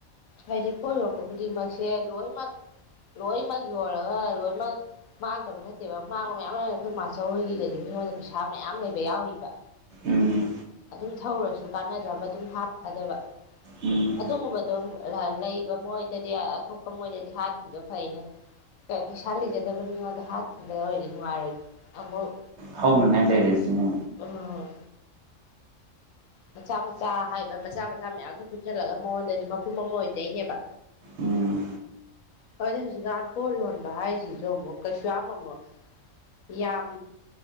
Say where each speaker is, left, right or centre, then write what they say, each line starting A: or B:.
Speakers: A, on the left; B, on the right.
A: ꯍꯥꯏꯗꯤ ꯄꯣꯠ ꯌꯣꯟꯕ ꯈꯨꯗꯤꯡꯃꯛꯁꯦ ꯂꯣꯏꯅꯃꯛ ꯂꯣꯏꯅꯃꯛ ꯌꯣꯜꯂꯒ ꯂꯣꯏꯅꯃꯛ ꯃꯥꯡꯗꯕ ꯅꯠꯇꯦꯕ ꯃꯥꯡꯕ ꯃꯌꯥꯝ ꯂꯩ ꯑꯩꯈꯣꯏ ꯃꯥꯆꯧ ꯍꯣꯏꯒꯤꯒꯗꯤ ꯃꯤꯉꯣꯟꯗ ꯄꯩꯁꯥ ꯃꯌꯥꯝ ꯂꯩꯕ ꯌꯥꯎꯔꯤꯕ
B: ꯎꯝ
A: ꯑꯗꯨꯝ ꯊꯧꯔꯁꯨ ꯀꯥꯟꯅꯗ꯭ꯔꯕ ꯑꯗꯨꯝ ꯍꯥꯠ ꯈ꯭ꯕꯗꯕ
B: ꯎꯝ
A: ꯑꯗꯨꯒꯨꯝꯕꯗꯣ ꯂꯩꯕ ꯃꯣꯏꯗꯗꯤ ꯑꯇꯣꯞꯄ ꯃꯣꯏꯗꯗꯤ ꯍꯥꯠꯈꯤꯕꯗꯣ ꯐꯩꯅꯦ ꯄꯩꯁꯥ ꯂꯩꯖꯗꯕ ꯃꯤꯉꯣꯟꯗ ꯍꯥꯠꯈꯤꯕꯗ ꯑꯣꯏꯔꯗꯤ ꯅꯨꯡꯉꯥꯏꯔꯣꯏ ꯑꯃꯨꯛ
B: ꯍꯧꯅꯅꯦ ꯂꯩꯔꯦꯁꯤ ꯅ
A: ꯎꯝ ꯃꯆꯥ ꯃꯆꯥ ꯍꯥꯏꯕ ꯃꯆꯥ ꯃꯆꯥ ꯃꯌꯥꯝꯗꯨꯣ ꯄꯨꯟꯁꯤꯜꯂꯒ ꯃꯉꯣꯟꯗꯗꯤ ꯃꯄꯨꯝ ꯑꯃ ꯑꯣꯏꯖꯩꯅꯦꯕ
B: ꯎꯝ
A: ꯑꯗꯨꯗꯤ ꯍꯧꯖꯤꯛꯀꯥꯟ ꯄꯣꯠ ꯌꯣꯟꯕ ꯍꯥꯏꯁꯤꯁꯨ ꯑꯃꯨꯛ ꯀꯩꯁꯨ ꯌꯥꯝ ꯑꯃꯨꯛ ꯌꯥꯝ